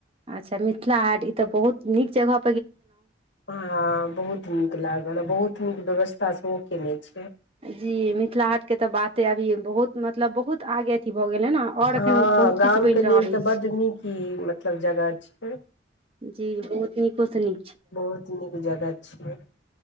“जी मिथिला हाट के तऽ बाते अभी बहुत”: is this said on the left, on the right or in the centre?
Right